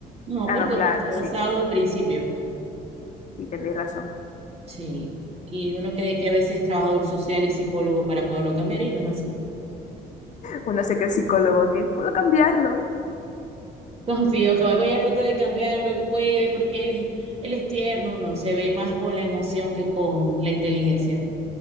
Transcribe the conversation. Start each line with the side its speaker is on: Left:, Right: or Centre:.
Right: No,
Left: Ah,
Right: porque
Left: no, claro,
Right: uno está
Left: sí.
Right: basado en principios.
Left: Sí, tenéis razón.
Right: Sí, y uno cree que a veces es trabajador social y psicólogo para poderlo cambiar y no es así.
Left: Uno sé que es psicólogo, que puedo cambiarlo.
Right: <laughs> Entonces, sí, o sea, voy a tratar de cambiarlo, él puede, porque él es, él es tierno, no, se ve más con la emoción que con la inteligencia.